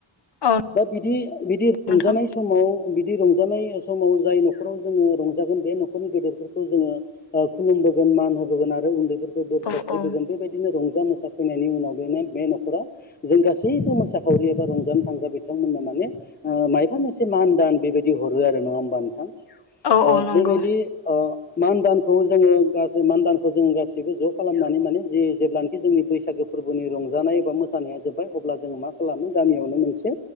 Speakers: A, on the left; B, on the left.
A: औ
B: दा बिदि बिदि रंजानाय
A: नोंथां
B: समाव बिदि रंजानाय समाव जाय न'खराव जोङो रंजागोन बे न'खरनि गेदेरफोरखौ जोङो खुलुम गोन मान होबोगोन आरो उन्दैफोरखौ बोर
A: औ
B: सारस्रिबोगोन
A: औ
B: बेबायदिनो रंजा मोसाफैनायनि उनाव बेनो बे न'खराव जों गासैबो मोसाखावरि एबा रंजानो थांग्रा बिथांमोननो माने मायफा मोनसे मान दान बेबायदि हरो आरो नङा होमबा नोंथां?
A: औ औ नंगौ
B: बेबायदि मान दानखौ जोङो गासै मान दानखौ जोङो गासिबो ज' खालामनानै माने जि जेब्लानखि जोंनि बैसागो फोरबोनि रं जानाय एबा मोसानाया जोब्बाय अब्ला जोङो मा खालामो गामियावनो मोनसे